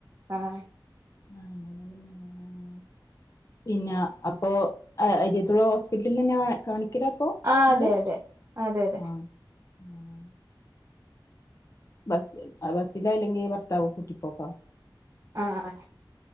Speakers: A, on the right (about 35°); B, on the left (about 40°).
A: ആഹ്
B: ആഹ് <inaudible> പിന്നെ അപ്പൊ അരിയോത്തുള്ള ഹോസ്പിറ്റലിൽ തന്നെ കാണിക്കല് അപ്പോ
A: ആ
B: ങ്ങള്
A: അതെ അതെ അതെ അതെ
B: ആഹ് ആഹ് ബസ് ബസ്സിലോ അല്ലെങ്കി ഭർത്താവ് കൂട്ടിപ്പോക്കാ
A: ആഹ്